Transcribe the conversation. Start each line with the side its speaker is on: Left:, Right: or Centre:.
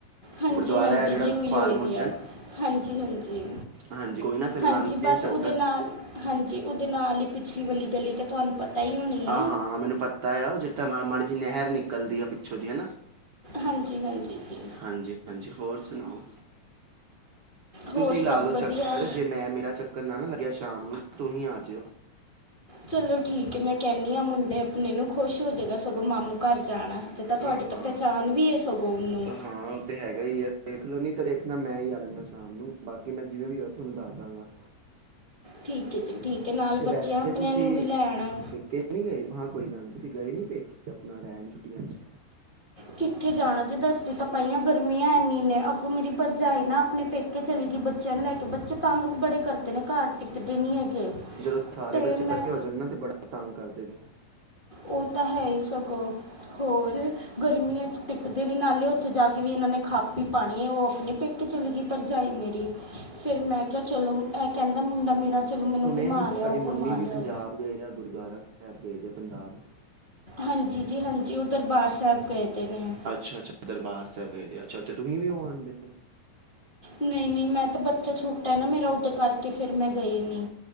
Left: ਹਾਂਜੀ
Right: ਗੁਰਦੁਆਰਾ
Left: ਹਾਂਜੀ
Right: ਹੈ ਜਿਹੜਾ
Left: ਜੀ
Right: ਗੋਪਾਲ
Left: ਉਹੀ ਹੋਈ
Right: ਮੋਚਨ
Left: ਦੀ ਹੈ ਹਾਂਜੀ ਹਾਂਜੀ
Right: ਹਾਂਜੀ ਕੋਈ ਨਾ ਫਿਰ
Left: ਹਾਂਜੀ
Right: ਲਾਉਂਦੇ
Left: ਬਸ
Right: ਆ ਚੱਕਰ
Left: ਉਹਦੇ ਨਾਲ ਹਾਂਜੀ ਨਾਲ ਹੀ ਪਿਛਲੀ ਵਾਲੀ ਗਲੀ ਤੇ ਤੁਹਾਨੂੰ ਪਤਾ ਹੈ ਹੋਣੀ
Right: ਹਾਂ ਹਾਂ ਮੈਨੂੰ ਪਤਾ ਆ ਉਹ ਜਿੱਥੇ ਮਾੜੀ ਜੀ ਨਹਿਰ ਨਿਕਲਦੀ ਆ ਪਿੱਛੋਂ ਦੀ ਹਨਾ
Left: ਹਾਂਜੀ ਹਾਂਜੀ ਜੀ
Right: ਹਾਂਜੀ ਹਾਂਜੀ ਹੋਰ ਸੁਣਾਓ।
Left: ਹੋਰ
Right: ਤੁਸੀਂ
Left: ਸਭ
Right: ਲਾ ਲੋੋ
Left: ਵਧੀਆ
Right: ਚੱਕਰ ਜੇ ਮੈਂ ਮੇਰਾ ਚੱਕਰ ਨਾ ਨਾ ਲੱਗਿਆ ਸ਼ਾਮ ਨੂੰ ਤੁਸੀ ਆ <unintelligible>
Left: ਚਲੋ ਠੀਕ ਹੈ ਮੈਂ ਕਹਿੰਦੀ ਹਾਂ ਮੁੰਡੇ ਆਪਣੇ ਨੂੰ ਖੁਸ਼ ਹੋ ਜਾਏਗਾ ਸਗੋਂ ਮਾਮੂ ਘਰ ਜਾਣਾ। ਤੇ ਤਾਂ ਤੁਹਾਡੀ
Right: ਹਾਂ
Left: ਤਾਂ ਪਹਿਚਾਣ ਵੀ ਹੈ। ਸਗੋਂ ਉਹਨੂੰ
Right: ਹਾਂ ਤੇ ਹੈਗਾ ਹੀ ਹੈ ਦੇਖਲੋ ਨੀ ਤਾਂ ਦੇਖਦਾ ਮੈਂ ਹੀ ਆ ਜਾਂਦਾ। ਸ਼ਾਮ ਨੂੰ ਬਾਕੀ ਮੈਂ ਜਿਵੇਂ ਵੀ ਹੋ ਤੁਹਾਨੂੰ ਦੱਸ ਦਾਂਗਾ।
Left: ਠੀਕ ਹੈ ਜੀ ਠੀਕ ਹੈ ਨਾਲ
Right: ਤੇ
Left: ਬੱਚਿਆਂ
Right: ਵੈਸੇ
Left: ਆਪਣਿਆਂ
Right: ਤੁਸੀਂ
Left: ਨੂੰ ਵੀ ਲੈ ਆਉਣਾ
Right: ਪੇਕੇ ਨਹੀਂ ਗਏ ਹਾਂ ਕੋਈ ਗੱਲ ਨੀ ਤੁਸੀਂ ਗਏ ਨੀ ਪੇਕੇ ਆਪਣਾ ਰਹਿਣ ਛੁੱਟੀਆਂ ਚ
Left: ਕਿੱਥੇ ਜਾਣਾ ਜੇ ਦੱਸਦੀ ਤਾਂ ਪਾਈਆਂ ਗਰਮੀਆਂ ਇਨੀਆਂ ਨੇ ਅੱਗੋਂ ਮੇਰੀ ਭਰਜਾਏ ਨਾ ਆਪਣੇ ਪੇਕੇ ਚਲੀ ਗਈ ਬੱਚਿਆਂ ਨੂੰ ਲੈ ਕੇ ਬੱਚੇ ਤੰਗ ਬੜੇ ਕਰਦੇ ਨੇ ਘਰ ਟਿੱਕਦੇ ਨੀ ਹੈਗੇ।
Right: ਜਦੋਂ ਸਾਰੇ
Left: ਤੇ
Right: ਬੱਚੇ
Left: ਮੈਂ
Right: ਇਕੱਠੇ ਹੋ ਜਾਣ ਨਾ ਤੇ ਬੜਾ ਤੰਗ ਕਰਦੇ ਨੇ
Left: ਉਹ ਤਾਂ ਹੈ ਹੀ ਸਗੋਂ ਹੋਰ ਗਰਮੀਆਂ ਚ ਦੇ ਨ ਨਾਲੇ ਉੱਥੇ ਜਾ ਕੇ ਵੀ ਇਹਨਾਂ ਨੇ ਖਾ ਪੀ ਪਾਣੀ ਉਹ ਆਪਣੀ ਪਿੱਕੇ ਚਲੀ ਗਈ ਭਰਜਾਈ ਮੇਰੀ ਫੇਰ ਮੈਂ ਕਿਹਾ ਚਲੋ ਇਹ ਕਹਿੰਦਾ ਮੁੰਡਾ ਮੇਰਾ ਚਲੋ ਮੈਨੂੰ
Right: ਸੁਣਿਆ
Left: ਘੁਮਾ
Right: ਹੀ ਤੁਹਾਡੀ
Left: ਲਿਆਓ
Right: ਮੰਮੀ
Left: ਘੁਮਾ
Right: ਵੀ
Left: ਲਿਆਓ
Right: ਪੰਜਾਬ ਗਏ ਆ। ਗੁਰੂਦੁਆਰਾ ਸਾਹਿਬ ਗਏ ਆ। ਪੰਜਾਬ
Left: ਹਾਂਜੀ ਜੀ ਹਾਂਜੀ ਉਹ ਦਰਬਾਰ ਸਾਹਿਬ ਗਏ ਦੇ ਨੇ
Right: ਅੱਛਾ ਅੱਛਾ ਦਰਬਾਰ ਸਾਹਿਬ ਚ ਤੁਸੀਂ ਵੀ ਉਹ ਆਉਂਦੇ।
Left: ਨਹੀਂ ਨਹੀਂ ਮੈਂ ਤਾਂ ਬੱਚਾ ਛੋਟਾ ਨਾ ਮੇਰਾ ਉਓਦ ਕਰਕੇ ਫੇਰ ਮੈਂ ਗਈ ਨੀ।